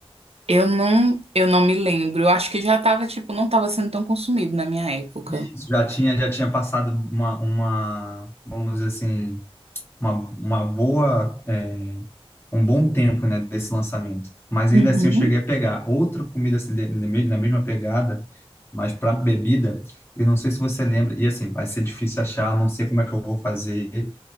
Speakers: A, on the right; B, on the left.
A: Eu não, eu não me lembro. Eu acho que já tava, tipo, não tava sendo tão consumido na minha época.
B: Isso, já tinha, já tinha passado uma, uma, vamos dizer assim, uma, uma boa, é, um bom tempo, né, desse lançamento. Mas
A: Uhum.
B: ainda assim eu cheguei a pegar outra comida assim, de- na na mesma pegada, mas para bebida, eu não sei se você lembra, e assim, vai ser difícil achar, não sei como é que eu vou fazer,